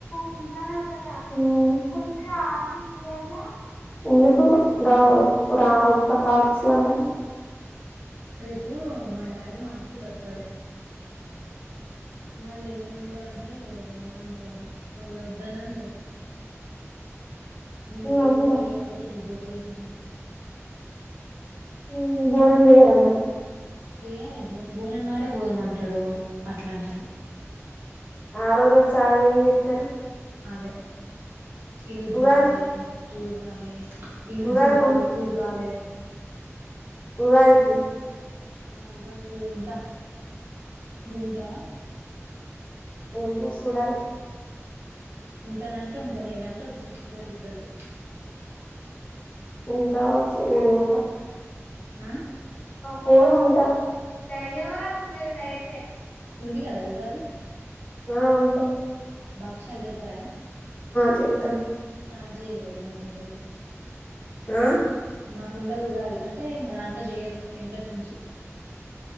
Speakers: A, on the left (about 25°); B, on the right (about 50°).
A: <unintelligible>
B: రేపు మా డాడీ మార్కెట్ వత్తారు మళ్ళ ఎల్లుండే అంటే ఏమంటారు అని వాళ్ళు వద్దన్న నేనైతే వత్త మన
A: మీ
B: పెళ్ళగు
A: మమ్మీ
B: ధరలే
A: రా
B: కాబట్టి గోడరి హ నచ్చలే
A: ఉమ్ భోజనం చేయరా మిరు
B: చేయాలి బో బోనం నాడే బోలంమంటాడు అట్లా అంటను
A: ఆ రోజు వాచి ఆవి ఇవి పికుతరు
B: అదే ఇల్లు దుల్పాలయి
A: ఉగాది
B: తూడువాలే ఇల్లు
A: ఉగాదికి
B: దుల్పాలే తూడు వాాలే
A: ఉగాది కి
B: ఆ ఉగాది కి ఉంటా నువ్వు ఉంటావా
A: ఆ ల్మోస్ట్ చూడాలే
B: ఉంటానంటే ఉంటది ఏదంటే వచ్చేక పోదు ఇక్కడికి
A: ఉంటా వాచి ఎడికిపోతా
B: ఆ
A: పోన్ ఉంటా దయ్యవా న అయితే అ
B: గాది ఉగాది
A: ఆ ఉంటామ్
B: బక్షాల్ చేతరా
A: చేతమ్
B: పంచేయండ్రి మాకు ఉండదు
A: ఆ
B: మాకుండదుగాది అంటే మా దాంట్లో చెయ్యరు వెనుకటి నుంచి